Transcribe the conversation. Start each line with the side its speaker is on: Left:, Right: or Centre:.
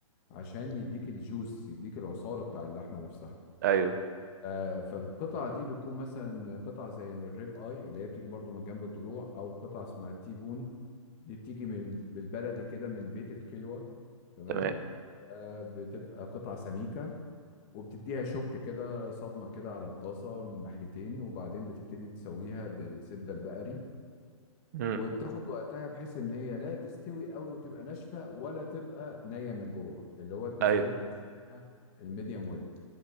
Left: عشان يديك الجوس يديك العصارة بتاع اللحمة نفسها
Right: ايوه
Left: آه، فالقطعة دي بتكون مثلا قطعة زي من الريب اي اللي هي بتيجي برضو من جنب الضلوع او قطعة اسمها التيبون دي بتيجي من بالبلدي كده من بيت الكلوة تمام
Right: تمام
Left: آه، بتبقى قطعة سميكة وبتديها شك كده صدمة كده على الطاسة من ناحيتين وبعدين بتبتدي تسويها بالزبدة البقري
Right: امم
Left: وبتاخد وقتها بحيث ان هي لا تستوي قوي وتبقى ناشفه ولا تبقى نيه من جوه اللي هو التسويه
Right: ايوه
Left: اللي بنسميها الميديم ويل